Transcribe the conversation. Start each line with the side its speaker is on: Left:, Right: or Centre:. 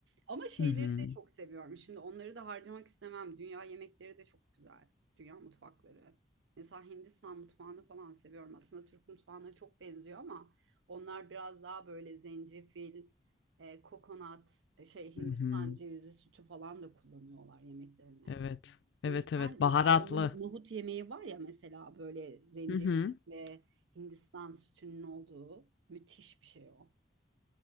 Right: Ama şeyleri
Left: Hı hı.
Right: de çok seviyorum. Şimdi onları da harcamak istemem. Dünya yemekleri de çok güzel. Dünya mutfakları. Mesela Hindistan mutfağını falan seviyorum. Aslında Türk mutfağına çok benziyor ama onlar biraz daha böyle zencefil, e, kokonat, e, şey Hindistan
Left: Hı hı.
Right: cevizi sütü falan da kullanıyorlar yemeklerine.
Left: Evet.
Right: O
Left: Evet,
Right: yüzden
Left: evet. Baharatlı.
Right: mesela o no- nohut yemeği var ya mesela böyle zencefil
Left: Hı hı.
Right: ve Hindistan sütünün olduğu müthiş bir şey o.